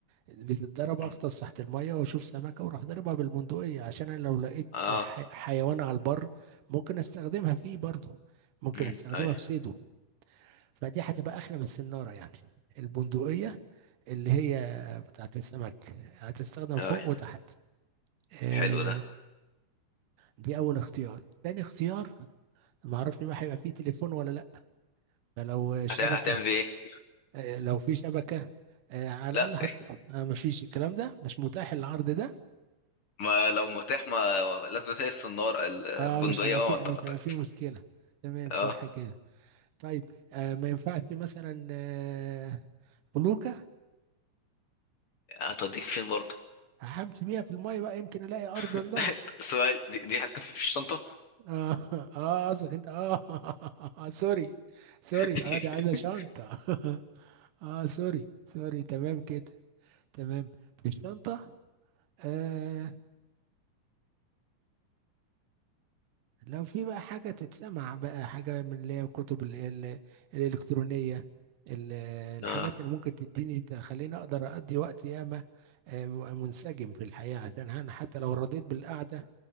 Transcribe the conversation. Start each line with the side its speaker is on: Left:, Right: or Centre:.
Right: بتتضرب اغطس
Left: مم.
Right: تحت المية واشوف سمكة واروح ضاربها بالبندقية عشان انا لو لقيت
Left: اه
Right: ح... حيوان على البر ممكن استخدمها فيه برضه ممكن
Left: مم.
Right: استخدمها
Left: اي
Right: في صيده فدي هتبقى احلى من السنارة يعني البندقية اللي هي بتاعت السمك هتستخدم فوق
Left: اي
Right: وتحت آه،
Left: حلو ده
Right: دي اول اختيار تاني اختيار ما اعرفش بقى هيبقى فيه تليفون ولا لا لو شبكه
Left: هتعمل هتعمل بيه ايه؟
Right: آه، لو في شبكه آه، على الاقل
Left: لا
Right: حط ما فيش الكلام ده مش متاح العرض ده
Left: ما لو متاح ما لازم تهي السنارة البندقية
Right: اه مش هيبقى
Left: بقى
Right: فيه
Left: ما ت-
Right: مش هيبقى
Left: ت-
Right: فيه مشكله تمام
Left: اه
Right: صح كده طيب آه ما ينفعش مثلا آه فلوكه
Left: هتوديك فين برضه
Right: همشي بيها في الميه بقى يمكن الاقي ارض الله
Left: <laughs> سؤال دي, دي هتكفي في الشنطة
Right: <laughs> اه اه قصدك انت اه <laughs> آه، سوري سوري
Left: <laughs>
Right: اه دي عايزه شنطه <laughs> اه سوري سوري تمام كده تمام في الشنطه آه لو في بقى حاجة تتسمع بقى حاجة من اللي هي الكتب ال- ال- الإلكترونية ال- الحاجات
Left: اه
Right: اللي ممكن تديني تخليني أقدر أقضي وقت ياما آه، منسجم في الحياة عشان أنا حتى لو رضيت بالقعدة